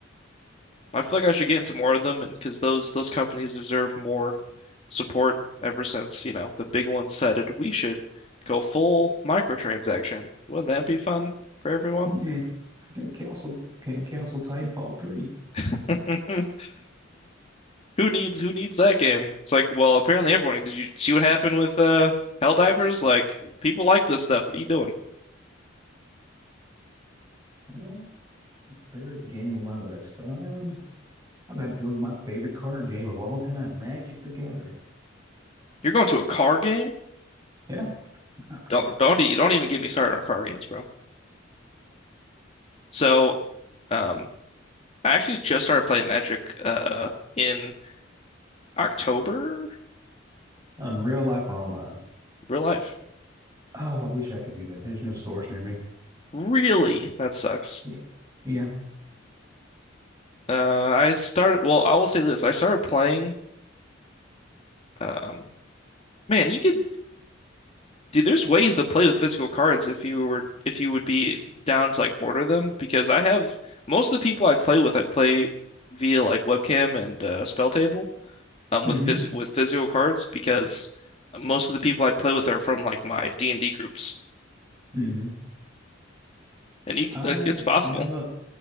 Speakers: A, on the left; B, on the right.
A: I feel like I should get into more of them and because those those companies deserve more support ever since, you know, the big ones said decided we should go full microtransaction. Wouldn't that be fun for everyone?
B: And, and Council can Council Titanfall 3.
A: <laughs> Who needs who needs that game? It's like, well, apparently everyone. Did you see what happened with uh Helldivers? Like, people like this stuff. What are you doing?
B: <laughs> hmm Third game on my list. Um, I'm about to go to my favorite card game of all time, Magic the Gathering.
A: You're going to a card game?
B: Yeah. <laughs>
A: Don't don't e- don't even get me started on card games, bro. So, um, I actually just started playing Magic uh in October,
B: On real life or online.
A: real life.
B: Oh, I wish I could do that. There's no stores near me.
A: Really? That sucks.
B: Yeah. Yeah.
A: Uh, I started. Well, I will say this: I started playing. Um, man, you could dude. There's ways to play with physical cards if you were if you would be down to like order them. Because I have most of the people I play with, I play via like webcam and uh, spell table. um with
B: Mm-hmm.
A: phys with physical cards because most of the people I play with are from like my D&D groups.
B: Mm-hmm.
A: And you could,
B: I
A: like, it's possible.
B: yeah, I'm a,